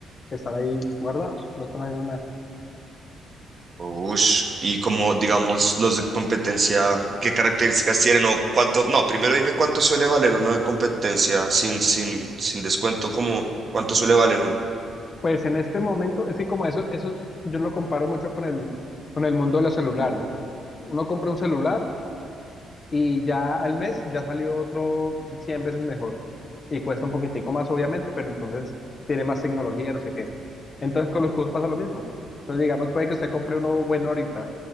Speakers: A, on the left (about 40°); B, on the right (about 40°).
A: están ahí guardados, no están haciendo nada.
B: Ush, y como digamos los de competencia, ¿qué características tienen o cuánto? No, primero dime cuánto suele valer uno de competencia sin sin sin descuento, como cuánto suele valer uno.
A: Pues en este momento, es que como eso, eso es- yo lo comparo mucho con el, con el mundo de los celulares. Uno compra un celular y ya al mes ya salió otro 100 veces mejor y cuesta un poquitico más, obviamente, pero entonces tiene más tecnología, no sé qué. Entonces con los cubos pasa lo mismo. Entonces digamos, puede que usted compre uno bueno ahorita,